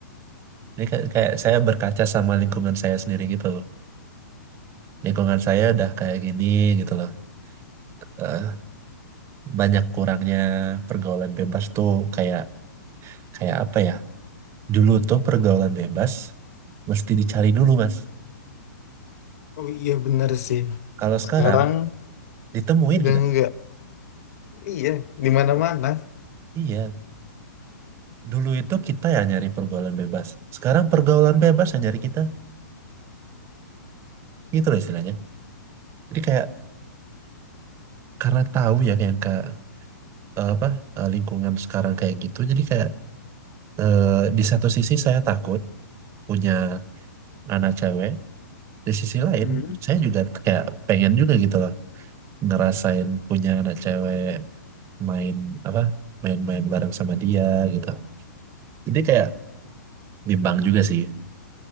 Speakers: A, on the right; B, on the left.
A: jadi kayak, kayak saya berkaca sama lingkungan saya sendiri gitu lingkungan saya udah kayak gini gitu loh Eh, banyak kurangnya pergaulan bebas tuh kayak kayak apa ya? Dulu tuh pergaulan bebas mesti dicari dulu, Mas.
B: Oh iya bener sih.
A: Kalau sekarang
B: Sekarang
A: ditemuin
B: udah
A: kita.
B: enggak. Iya, di mana-mana.
A: Iya, dulu itu kita yang nyari pergaulan bebas. Sekarang pergaulan bebas yang nyari kita. Gitu loh istilahnya. Jadi kayak karena tahu ya kayak yang ke eh, apa eh, lingkungan sekarang kayak gitu. Jadi kayak eh, di satu sisi saya takut punya anak cewek, di sisi lain
B: Hmm.
A: saya juga kayak pengen juga gitu loh ngerasain punya anak cewek main apa main-main bareng sama dia gitu jadi kayak bimbang juga sih